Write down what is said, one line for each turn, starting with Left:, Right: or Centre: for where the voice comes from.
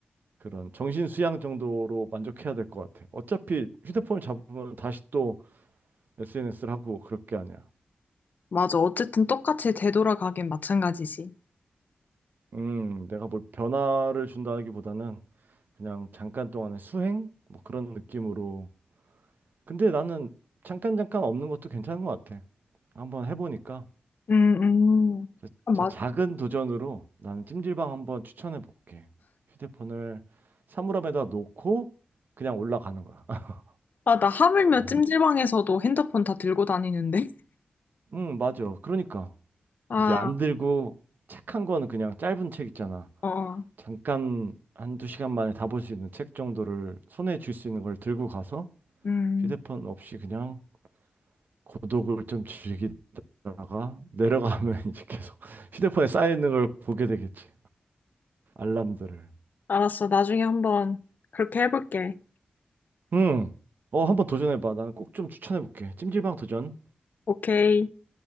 Right: 그런 정신 수양 정도로 만족해야 될 것 같아. 어차피 휴대폰을 잡으면 다시 또 SNS를 하고 그럴 게 아니야.
Left: 맞아. 어쨌든 똑같이 되돌아가긴 마찬가지지.
Right: 음, 내가 뭘 변화를 준다기보다는 그냥 잠깐 동안의 수행? 뭐 그런 느낌으로. 근데 나는 잠깐 잠깐 없는 것도 괜찮은 것 같아. 한번 해보니까.
Left: 음, 음.
Right: 그래서
Left: 아,
Right: 진짜
Left: 맞아.
Right: 작은 도전으로 나는 찜질방 한번 추천해 볼게. 휴대폰을 사물함에다 놓고 그냥 올라가는 거야. <laughs>
Left: 아, 나 하물며
Right: 한,
Left: 찜질방에서도 핸드폰 다 들고 다니는데. <laughs>
Right: 응, 맞아. 그러니까.
Left: 아,
Right: 이제 안 들고 책 한 권 그냥 짧은 책 있잖아.
Left: 어, 어.
Right: 잠깐 한두 시간 만에 다 볼 수 있는 책 정도를 손에 쥘 수 있는 걸 들고 가서
Left: 음.
Right: 휴대폰 없이 그냥 고독을 좀 즐기다가 내려가면 <laughs> 이제 계속 휴대폰에 쌓여있는 걸 보게 되겠지. 알람들을.
Left: 알았어. 나중에 한번 그렇게 해볼게.
Right: 음. 어, 한번 도전해봐. 나는 꼭 좀 추천해볼게. 찜질방 도전.
Left: 오케이.